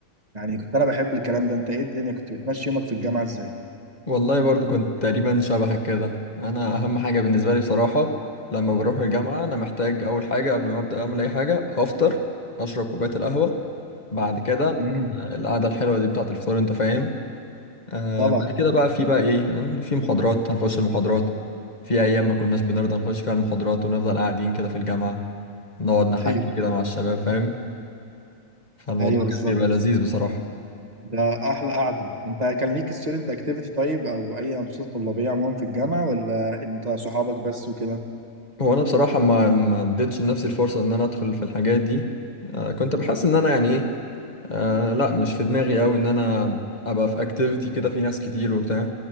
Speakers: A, on the right (about 30°); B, on the left (about 30°).
A: يعني كنت انا بحب الكلام ده انت ايه الدنيا كنت بتمشي يومك في الجامعة ازاي؟
B: والله برضو كنت تقريبا شبهك كده انا اهم حاجة بالنسبة لي بصراحة لما بروح الجامعة انا محتاج اول حاجة قبل ما ابدا اعمل اي حاجة هفطر اشرب كوباية القهوة بعد كده
A: <laughs> مم،
B: القعدة الحلوة دي بتاعت الفطار انت فاهم آه
A: طبعا
B: بعد كده بقى في بقى ايه في محاضرات هنخش المحاضرات في ايام ما كناش بنرضى نخش فيها المحاضرات ونفضل قاعدين كده في الجامعة نقعد نحكي
A: ايوه
B: كده مع الشباب فاهم فالموضوع
A: ايوه بالظبط
B: كان بيبقى لذيذ بصراحة
A: ده احلى قعده انت كان ليك ستودنت اكتيفيتي طيب او اي انشطه طلابيه عموما في الجامعه ولا انت صحابك بس وكده
B: هو انا بصراحة ما ما اديتش لنفسي الفرصة ان انا ادخل في الحاجات دي آه كنت بحس ان انا يعني ايه آه لا مش في دماغي قوي ان انا ابقى في اكتيفيتي كده في ناس كتير وبتاع